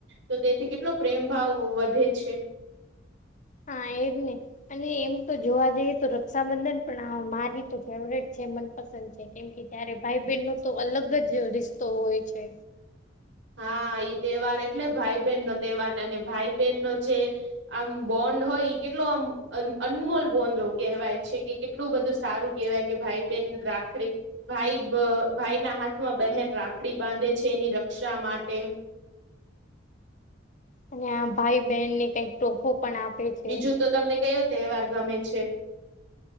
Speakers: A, on the right; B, on the left.
A: તો તેથી કેટલો પ્રેમ ભાવ વધે છે.
B: હા, એ જ ને અને એમ તો જોવા જઈએ તો, રક્ષાબંધન પણ મારી તો ફેવરેટ છે, મનપસંદ. કેમ કે, ત્યારે ભાઈ-બહેન નો તો અલગ જ રિસ્તો હોય છે.
A: હા, ઈ તહેવાર એટલે ભાઈ-બહેન નો તહેવાર, અને ભાઈ- બહેન નો જે આમ બોન્ડ હોય, એ કેટલો આમ અનમોલ બોન્ડ કહેવાય છે કે એટલું બધું સારું કેહેવાય કે, ભાઈ-બેહેન રાખડી ભાઈ, ભાઈના હાથમાં બહેન રાખડી બાંધે છે, એની રક્ષા માટે
B: અને આ ભાઈ, બહેનને કઈક ટોફો પણ આપે. છે
A: બીજું તો તમને કયો તહેવાર ગમે છે?